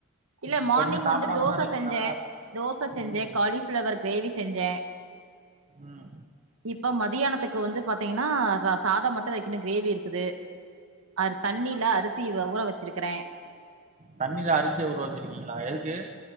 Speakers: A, on the right; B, on the right.
A: இல்ல
B: இப்ப
A: மார்னிங்
B: இன்னு சாப்பிடாமதா
A: வந்து தோசை
B: இருக்கீங்களா
A: செஞ்சே தோசை செஞ்சே
B: ம்
A: காலிஃபிளவர் கிரேவி செஞ்சே
B: ம்
A: இப்ப மதியானத்துக்கு வந்து பாத்தீங்கன்னா சாதம் மட்டு வைக்கணு கிரேவி இருக்குது அது தண்ணில அரிசி ஊற வச்சிருக்கறே
B: தண்ணில அரிசிய ஊற வச்சிருக்கீங்களா எதுக்கு